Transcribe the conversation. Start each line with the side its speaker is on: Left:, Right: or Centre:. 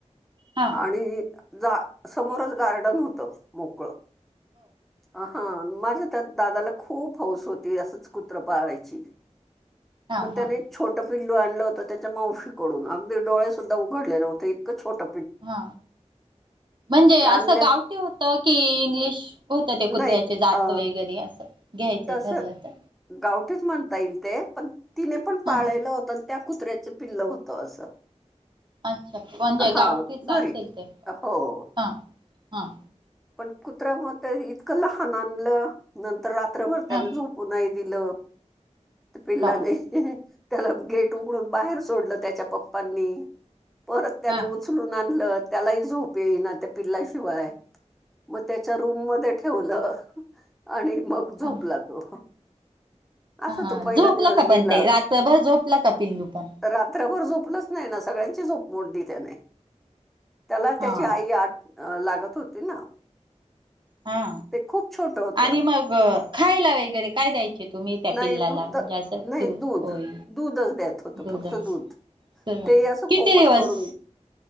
Right: हा
Centre: आणि जा समोरच गार्डन होत मोकळं हा माझ्या त्या दादाला खूप हौस होती असच कुत्र पाळायची
Right: हा
Centre: मग
Right: हा
Centre: त्याने छोटं पिल्लू आणलं होतं त्याच्या मावशीकडून अगदी डोळे सुद्धा उघडले नव्हते इतकं छोट
Right: हा म्हणजे
Centre: ते आणले
Right: असं गावटी होत. की इंग्लिश होतं ते कुत्र्याचे
Centre: नाही
Right: जात
Centre: अ
Right: वगैरे असं घ्यायचं
Centre: तसं
Right: ठरलं तर.
Centre: गावठीच म्हणता येईल ते पण तिने पण पाळलं
Right: हा
Centre: होत. त्या कुत्र्याच पिल्ल होतं असं.
Right: अच्छा म्हणजे
Centre: हा
Right: गावठीच
Centre: घरी
Right: असेल ते पण
Centre: हो
Right: हा हा.
Centre: पण कुत्र्या म ते इतकं लहान आणलं नंतर रात्रभर त्याने
Right: हा
Centre: झोप पु नाही दिल ते पिल्लाने
Right: बापरे
Centre: त्याला गेट उघडून बाहेर सोडलं त्याच्या पप्पांनी परत त्याने
Right: हा
Centre: उचलून आणलं त्यालाही झोप येई ना त्या पिल्ल्याशिवाय. मग त्याच्या रूम मध्ये ठेवलं आणि मग झोपला
Right: हा
Centre: तो असा
Right: हा
Centre: तो पहिला
Right: झोपलं
Centre: दिवस
Right: का
Centre: गेला
Right: पण ते रात्रभर झोपलं का पिल्लू पण?
Centre: रात्रभर झोपलंच नाही ना सगळ्यांची झोप मोडली त्याने त्याला
Right: हा
Centre: त्याची आई आ अ लागत होती ना.
Right: हा
Centre: ते खूप छोटं होतं.
Right: आणि मग खायला वगैरे काय द्यायचे? तुम्ही त्या
Centre: नाही
Right: पिल्लाला
Centre: फक्त
Right: म्हणजे असं
Centre: नाही दूध,
Right: होई
Centre: दूधच द्याेत होत
Right: दूधच
Centre: फक्त दूध
Right: सर्व
Centre: ते असं
Right: किती
Centre: कोमट
Right: दिवस
Centre: करून